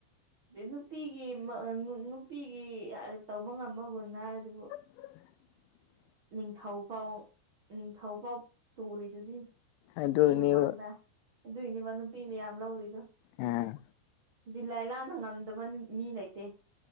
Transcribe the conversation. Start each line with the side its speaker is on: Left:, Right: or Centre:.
Right: ꯅꯨꯄꯤꯒꯤ ꯅꯨꯄꯤꯒꯤ ꯇꯧꯕ ꯉꯝꯕ ꯒꯨꯟ ꯍꯥꯏ ꯑꯗꯨꯕꯨ
Left: <inaudible>
Right: ꯅꯤꯡꯊꯧ ꯄꯥꯎ ꯅꯤꯡꯊꯧꯄꯥꯎ ꯇꯨꯔꯤꯗꯨꯗꯤ
Left: ꯑꯗꯨꯅꯦꯕ
Right: ꯅꯨꯄꯤ ꯃꯃꯥꯡꯗ ꯑꯗꯨꯏꯅꯦꯕ ꯅꯨꯄꯤ ꯃꯌꯥꯝ ꯂꯧꯔꯤꯗꯣ
Left: ꯑ
Right: ꯗꯤꯂꯥꯏ ꯂꯥꯅ ꯉꯝꯗꯕ ꯃꯤ ꯂꯩꯇꯦ